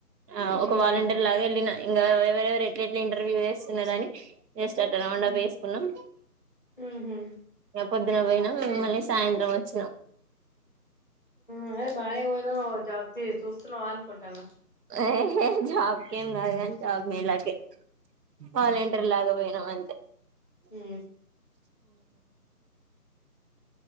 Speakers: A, on the right (about 80°); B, on the left (about 35°).
A: ఆ ఒక
B: ఉహు
A: వాలంటీర్ లాగా ఎళ్ళిన ఇంగా ఎవరెవరు ఎట్లేట్ల ఇంటర్వ్యూ వేస్తున్నాడని జస్ట్ అట్ల రౌండ్ అప్ ఎసుకున్నాం
B: ఉహు
A: పొద్దున పోయినం మళ్ళీ సాయంత్రం వచ్చినాం
B: అదే బానే పోయినవ్ జాబ్తి చూస్తున్నావా అనుకుంటాన్న
A: యేహే జాబ్కేం కాదుగాని జాబ్ మేలాకే వాలంటీర్ లాగా పోయి న అంతే
B: హ